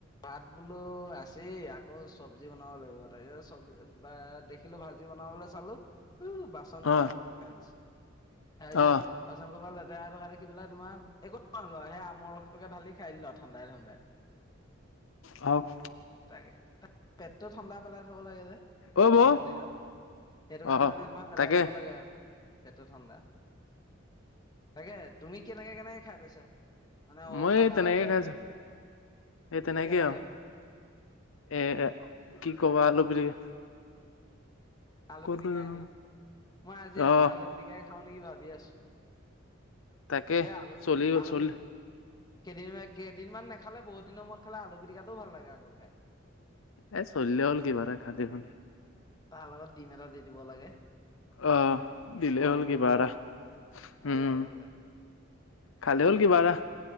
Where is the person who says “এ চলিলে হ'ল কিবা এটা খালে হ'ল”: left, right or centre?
Left